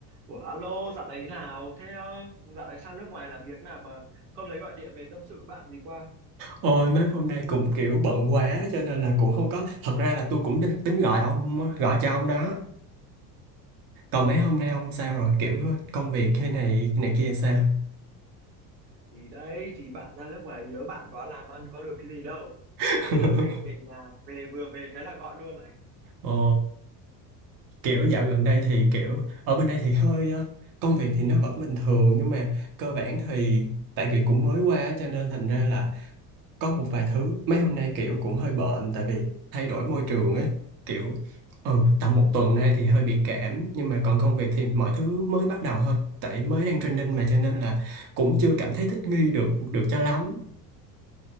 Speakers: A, on the right (about 80°); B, on the right (about 45°).
A: Ủa alo, dạo này thế nào? Thế ờ, dạo này sang nước ngoài làm việc nào mà không lấy gọi điện về tâm sự bạn gì qua?
B: Ôi mấy hôm nay cũng kiểu bận quá cho nên là cũng không có thật ra là tôi cũng định- tính gọi ông á, gọi cho ông đó còn mấy hôm nay ông sao rồi kiểu công việc thế này này kia sao
A: Thì đấy, thì bạn ra nước ngoài nhớ bạn quá làm ăn có được cái gì đâu.
B: <laughs>
A: Thế là bây giờ mới về nhà, về vừa về cái là gọi luôn này.
B: ờ, kiểu dạo gần đây thì kiểu ở bên đây thì hơi ờ, công việc thì nó vẫn bình thường nhưng mà cơ bản thì tại vì cũng mới qua á, cho nên thành ra là có một vài thứ mấy hôm nay kiểu cũng hơi bệnh tại vì thay đổi môi trường á kiểu ừ tầm một tuần nay thì hơi bị cảm nhưng mà còn công việc thì mọi thứ mới bắt đầu thôi tại mới đang training mà cho nên là cũng chưa cảm thấy thích nghi được được cho lắm